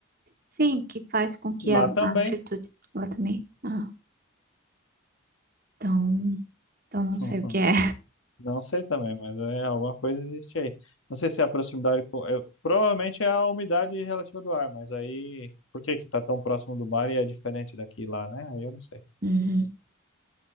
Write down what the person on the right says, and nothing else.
Sim, que faz com que
a,
a amplitude lá também. Ah, então, então não
sei o que é.
Uhum.